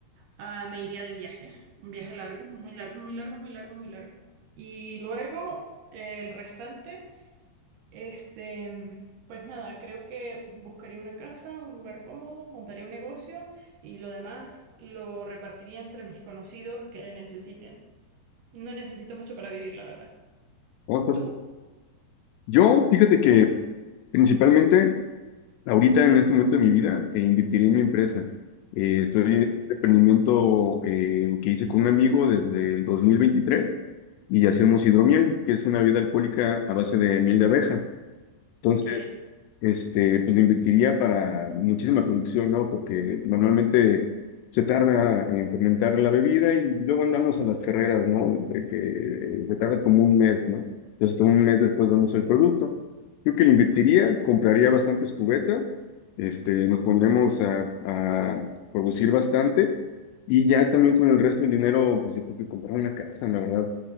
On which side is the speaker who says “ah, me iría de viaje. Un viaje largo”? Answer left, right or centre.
Right